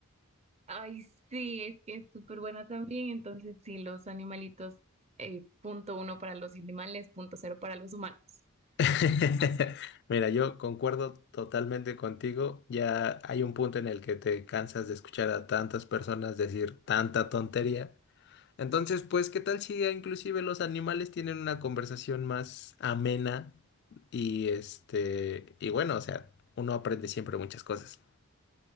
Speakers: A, on the right; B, on the left.
A: Ay, sí, es que es súper buena también. Entonces, sí, los animalitos, eh, punto uno para los animales, punto cero para los humanos.
B: <laughs> Mira, yo concuerdo totalmente contigo. Ya hay un punto en el que te cansas de escuchar a tantas personas decir tanta tontería. Entonces, pues, ¿qué tal si inclusive los animales tienen una conversación más amena? Y este, y bueno, o sea, uno aprende siempre muchas cosas.